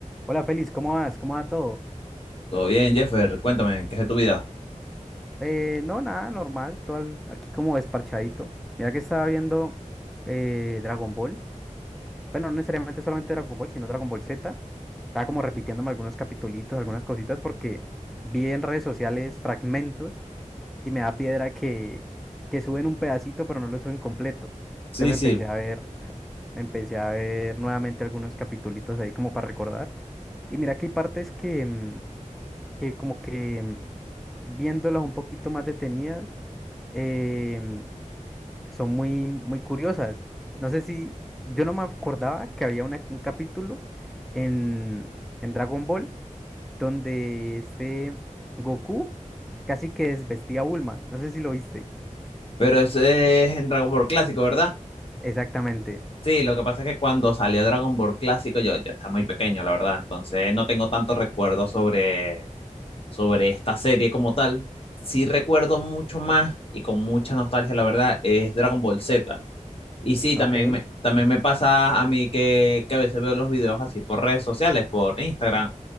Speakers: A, in the centre; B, on the left.
A: Hola Félix, ¿cómo vas? ¿Cómo va todo?
B: Todo bien, Jeffer, cuéntame, ¿qué es de tu vida?
A: Eh, no, nada, normal, todo al- aquí como desparchadito. Mira que estaba viendo eh, Dragon Ball. Bueno, no necesariamente solamente Dragon Ball, sino Dragon Ball Z. Estaba como repitiéndome algunos capitulitos, algunas cositas, porque vi en redes sociales fragmentos y me da piedra que, que suben un pedacito, pero no lo suben completo.
B: Sí,
A: Entonces me
B: sí.
A: empecé a ver, <laughs> me empecé a ver nuevamente algunos capitulitos ahí como para recordar. Y mira que hay partes que, mm, que como que mm, viéndolas un poquito más detenidas, em, son muy, muy curiosas. No sé si, yo no me acordaba que había una- un capítulo en, en Dragon Ball donde este Goku casi que desvestía a Bulma. No sé si lo viste.
B: Pero ese es en Dragon Ball Clásico, ¿verdad?
A: Exactamente.
B: Sí, lo que pasa es que cuando salió Dragon Ball Clásico yo ya estaba muy pequeño, la verdad, entonces no tengo tantos recuerdos sobre, sobre esta serie como tal. Sí recuerdo mucho más y con mucha nostalgia, la verdad, es Dragon Ball Z. Y sí,
A: Ok.
B: también me, también me pasa a mí que, que a veces veo los videos así por redes sociales, por Instagram